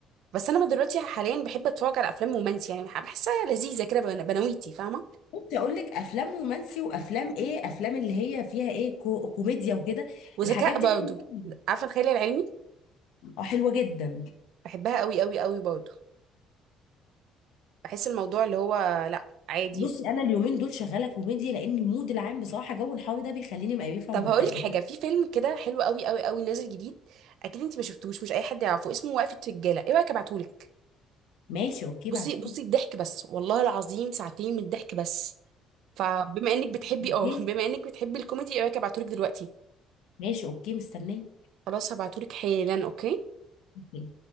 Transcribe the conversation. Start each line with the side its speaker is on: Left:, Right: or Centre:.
Right: بس انا دلوقتي حاليا بحب اتفرج على افلام رومانسي يعني بحسها لذيذه كده بن- بنويتي فاهمه
Left: كنت اقول لك افلام رومانسي وافلام ايه افلام اللي هي فيها ايه كو كوميديا وكده
Right: وذكاء
Left: الحاجات دي
Right: برضه
Left: حلوه قوي
Right: عارفه الخيال العلمي
Left: اه حلوه جدا
Right: بحبها قوي قوي قوي برضه بحس الموضوع اللي هو لا عادي
Left: بصي انا اليومين دول شغاله كوميديا لان المود العام بصراحه جو الحر ده بيخليني مقرفه
Right: طب
Left: ومكتئبه
Right: هقولك حاجه في فيلم كده حلو قوي قوي قوي نازل جديد اكيد انت ما شفتوش مش اي حد يعرفه اسمه وقفه رجاله ايه رايك ابعتهولك
Left: ماشي اوكي
Right: بصي
Left: بعتهولي
Right: بصي الضحك بس والله العظيم ساعتين من الضحك بس فبما انك بتحبي
Left: اوكي
Right: اه <laughs> بما انك بتحبي الكوميدي ايه رايك ابعتهولك دلوقتي
Left: ماشي اوكي مستنيه
Right: خلاص هبعتهولك حالا اوكي
Left: اوكي.